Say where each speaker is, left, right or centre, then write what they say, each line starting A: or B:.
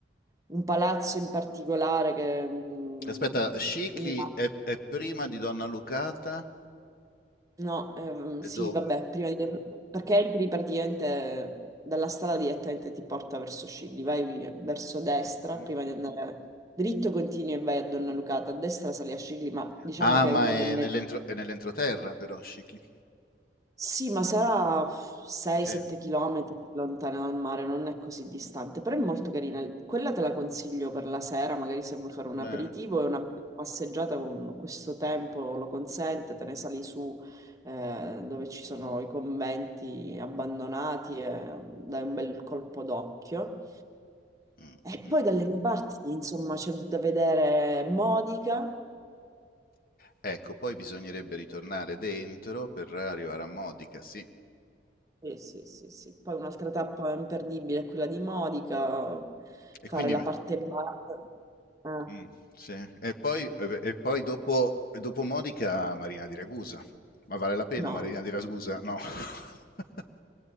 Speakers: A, on the right (about 20°); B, on the left (about 50°).
A: un palazzo in particolare che... mm,
B: Aspetta, Scicli
A: ne ha
B: è, è prima di Donna Lucata
A: No, ehm,
B: e
A: sì,
B: dove?
A: vabbè, prima di... perché entri praticamente dalla strada direttamente ti porta verso Scigli, vai verso destra
B: Mhm.
A: prima di andare dritto, continui e vai a Donna Lucata, a destra sali a Scigli, ma diciamo
B: Ah,
A: che
B: ma
A: è una
B: è
A: delle
B: nell'entro- è nell'entroterra però, Scicli.
A: sì, ma sarà 6-7
B: Sì,
A: km lontana dal mare, non è così distante, però è molto carina. Quella te la consiglio per la sera, magari se vuoi fare un
B: bene.
A: aperitivo e una passeggiata con questo tempo lo consente, te ne sali su eh, dove ci sono i conventi abbandonati e dai un bel colpo d'occhio.
B: Mm,
A: E
B: mm.
A: poi dalle mie parti, insomma, c'è da vedere Modica.
B: Ecco, poi bisognerebbe ritornare dentro per arrivare a Modica, sì.
A: Sì, sì, sì, sì. Poi un'altra tappa imperdibile è quella di Modica,
B: E
A: fare
B: quindi...
A: la parte bassa. Eh,
B: mm, sì. E poi, e poi dopo, dopo Modica, Marina di Ragusa. Ma vale la pena
A: no,
B: Marina di Ragusa? No. <laughs>